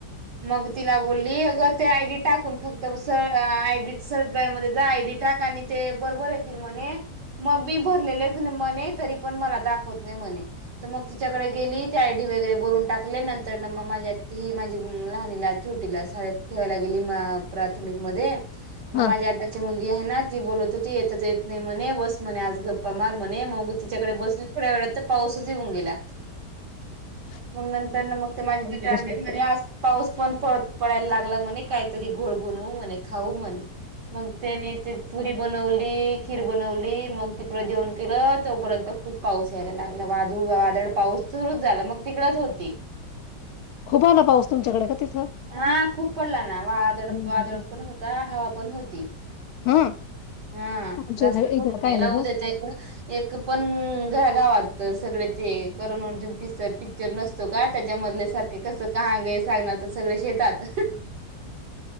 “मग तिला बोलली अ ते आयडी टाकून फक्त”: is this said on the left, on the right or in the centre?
Right